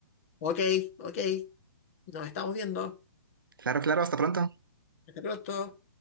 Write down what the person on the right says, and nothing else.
Claro, claro, hasta pronto.